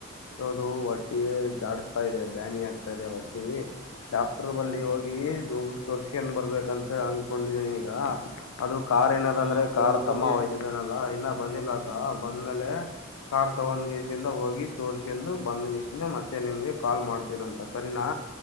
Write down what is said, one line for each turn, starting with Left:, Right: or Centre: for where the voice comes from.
Left: ಅದು ಒಟ್ಟಿ ಜಾಡಸ್ತಾ ಇದೆ ದಾನಿ ಆಗ್ತಾ ಇದೆ ಒಟ್ಟಿ ಡಾಕ್ಟರ್ ಬಲ್ಲಿ
Right: ಹೌದು
Left: ಹೋಗಿ ಹತ್ತು ವರ್ಷಕನ್ ಬರ್ಬೇಕಂತ ಅನ್ಕೊಂಡಿದೀನಿ ಈಗ ಅದು ಕಾರ್ ಏನದ
Right: ಹಾ
Left: ಅಂದ್ರೆ
Right: ಹೌದೌದು
Left: ಕಾರ್
Right: ಹೋಗಿ
Left: ತಮ್ಮ ಒಯ್ದಿದನಲ್ಲಾ ಇನ್ನ ಬಂದಿಲ್ಲತ್ತ ಬಂದ್ಮೇಲೆ ಕಾರ್ ತಗೊಂಡ್ ಗೇಸಿಯಿಂದ ಹೋಗಿ ತೋರ್ಸೊಂಡ ಬಂದ್ ಗೇಸಿಂದ ಮತ್ತೆ ನಿಮ್ಗೆ ಕಾಲ್ ಮಾಡ್ತೀನ ಅಂತ ಸರಿನಾ